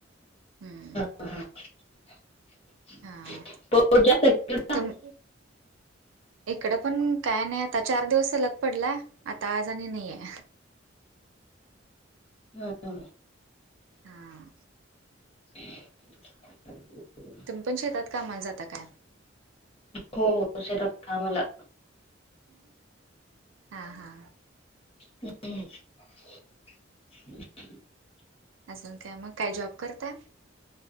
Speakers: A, on the right (about 80°); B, on the left (about 30°).
A: हं.
B: हा. <unintelligible>
A: हा तुम इकडं पण काय नाही आता. चार दिवस सलग पडला. आता आज आणि नाहीय.
B: हो.
A: हां
B: रीकाम आहे
A: तुम्ही पण शेतात कामाला जाता काय?
B: हो. शेतात कामाला-
A: हा हा.
B: हम.
A: अजून काय मग? काय जॉब करता?